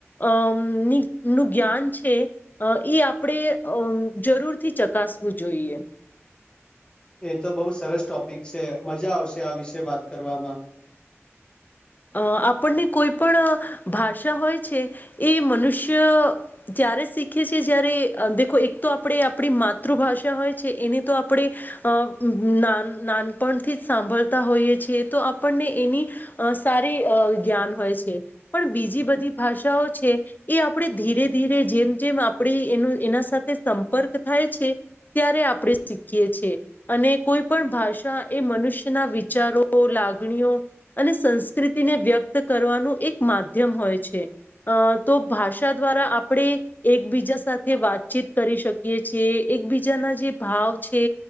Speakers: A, on the left; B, on the left.
A: અમની નું જ્ઞાન છે એ આપણે જરૂરથી ચકાસવું જોઈએ
B: <inaudible> એ તો બહુ સરસ ટોપિક છે મજા આવશે આ વિશે વાત કરવામાં
A: અ આપણને કોઈ પણ ભાષા હોય છે એ મનુષ્ય ત્યારે શીખીએ છીએ જ્યારે દેો એક તો આપણે આપણી માતૃભાષા હોય છે એને તો આપણે અ નાન નાનપણથી જ સાંભળતા હોઈએ છીએ તો આપણને એની સારી જ્ઞાન હોય છે પણ બીજી બધી ભાષાઓ છે એ આપણે ધીરે ધીરે જેમ જેમ આપડી એનું એના સાથે સંપર્ક થાય છે ત્યારે આપણે શીખીએ છ છેીએ અને કોઈ પણ ભાષા એ મનુષ્યના વિચારો લ લાગણીઓ અને સં સંકૃતિને વ્યક્ત કરવાનું એક માધ્યમ હોય છે અ તો ભાષા દ્વારા આપણે એકબીજા સાથે વાતચીત કરી શકીએીએ એકબીજાના જે ભાવ છે